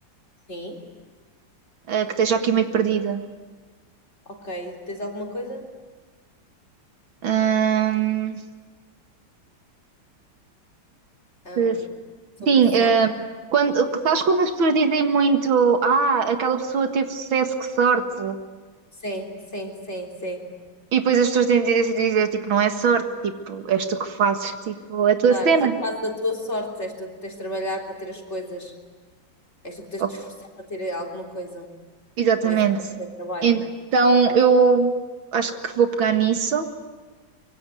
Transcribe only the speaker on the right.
eh, que esteja aqui meio perdida.
Hum,
se-
sim,
eh, quando, sabes quando as pessoas dizem muito, ah, aquela pessoa teve sucesso, que sorte.
E depois as pessoas têm tendência a dizer, tipo, não é sorte, tipo, és tu que fazes, tipo, a tua
cena.
Oh,
exatamente.
Então eu acho que vou pegar nisso.